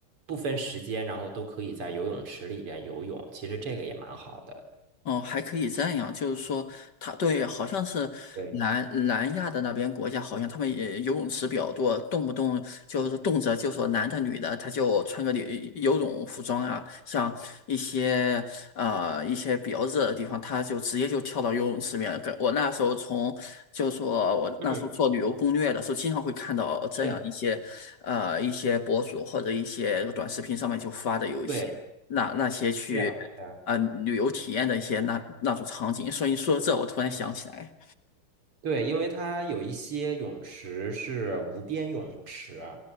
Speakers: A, on the right; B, on the left.
A: 不分时间，然后都可以在游泳池里边游泳。其实这个也蛮好的。
B: 哦，还可以这样，就是说，他对，好像是南南亚的那边国家，
A: 对，
B: 好像他们也游泳池比较多，动不动就是动辄就说男的女的，他就穿个游游泳服装啊，像一些呃一些比较热的地方，他就直接就跳到游泳池里面。跟我那时候从，就是说我那时候做旅游攻略的时候，
A: 嗯，
B: 经常会看到这样一些呃一些博主或者一些短视频上面就发的有一些那那些去。
A: 是啊对，是啊，是啊，
B: 呃旅游体验的一些那那种场景，所以说这我突然想起来，
A: 对，因为它有一些泳池是无边泳池。